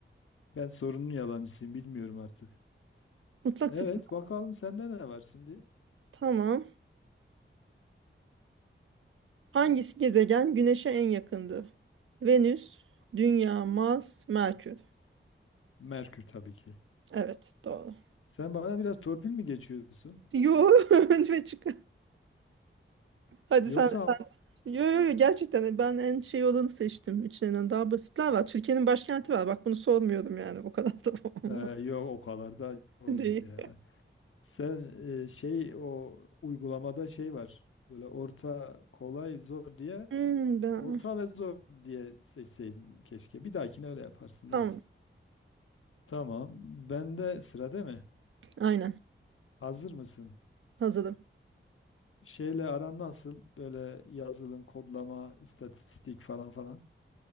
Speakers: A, on the left (about 85°); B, on the right (about 75°).
A: Ben sorunun yalancısıyım bilmiyorum artık.
B: Mutlak
A: Evet
B: sıfır.
A: bakalım sende ne var şimdi?
B: Tamam. Hangisi gezegen Güneş'e en yakındır? Venüs, Dünya, Mars, Merkür.
A: Merkür tabii ki.
B: Evet doğru.
A: Sen bana biraz torpil mi geçiyorsun?
B: Yo <laughs> önce çık. Hadi
A: Yoksa
B: sen Yo yo yo gerçekten ben en şey olanı seçtim. İçlerinden daha basitler var. Türkiye'nin başkenti var. Bak bunu sormuyorum yani. O kadar da <laughs> olmaz
A: Ee, yok o kadar da olur
B: değil.
A: ya. Sen e, şey o uygulamada şey var. Böyle orta kolay zor diye
B: Hmm, ben...
A: Orta ve zor diye seçseydin keşke. Bir dahakine öyle yaparsın
B: Tamam.
A: neyse. Tamam. Bende sıra değil mi?
B: Aynen.
A: Hazır mısın?
B: Hazırım.
A: Şeyle aran nasıl? Böyle yazılım, kodlama, istatistik falan falan.